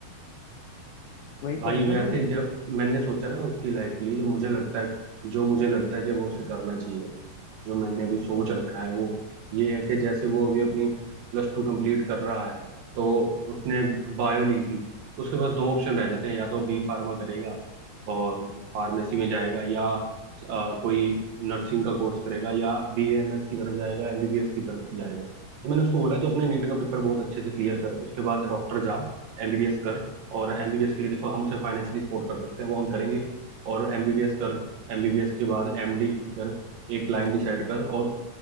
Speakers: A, on the left (about 70°); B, on the right (about 65°).
A: वही
B: भाई
A: तो है ना
B: वैसे
A: भाई
B: जब मैंने सोचा ना उसकी लाइफ के लिए जो मुझे लगता है जो मुझे लगता है कि वो उसे करना चाहिए जो मैंने अभी सोच रखा है वो ये है कि जैसे वो अभी अपनी प्लस टू कंप्लीट कर रहा है तो उसने बायो ली थी उसके पास दो ऑप्शन रह जाते हैं या तो बी फार्मा करेगा और फार्मेसी में जाएगा या अ, कोई नर्सिंग का कोर्स करेगा या बी एम एस की तरफ जाएगा एमबीबीएस की तरफ जाएगा तो मैंने उसको बोला है, तो अपने नीट का पेपर बहुत अच्छे से क्लियर कर उसके बाद डॉक्टर जा एमबीबीएस कर और एमबीबीएस के लिए देखो हम उसे फाइनेंशियली सपोर्ट कर सकते हैं वो हम करेंगे और एमबीबीएस कर एमबीबीएस के बाद एमडी कर एक लाइन डिसाइड कर और